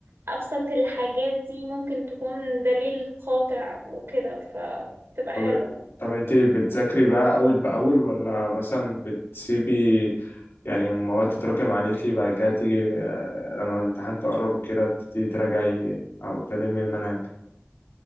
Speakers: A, on the right (about 85°); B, on the left (about 85°).
A: أبسط الحاجات دي ممكن تكون دليل قاطع وكده فتبقى
B: طب
A: حلوة
B: طب انت بتذاكري بقى اول باول ولا مثلا بتسيبي يعني المواد تتراكم عليكي بعد كده تيجي آه، لما الامتحان تقرب وكده تبتدي تراجعي او تلمي المنهج